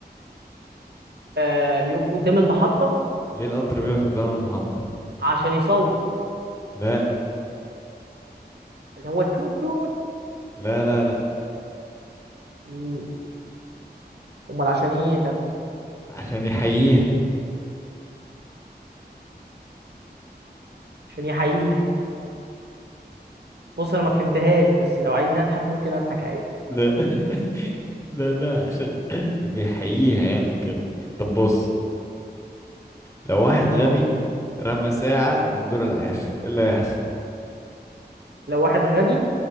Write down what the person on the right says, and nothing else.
آه بيقف قدام المحطة
عشان يصوت
اللي هو توت توت
مم. امال عشان ايه يا كابتن
عشان يحييها بص انا ما فهمتهاش بس لو عايزني اضحك ممكن اضحك عادي
اه
لو واحد غبي